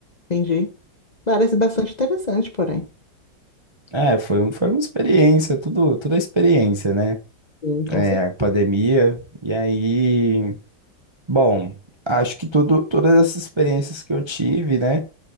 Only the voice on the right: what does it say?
É, foi, um- foi uma experiência, tudo, tudo é experiência, né?
é,
pandemia. E aí, bom, acho que tudo, todas essas experiências que eu tive, né,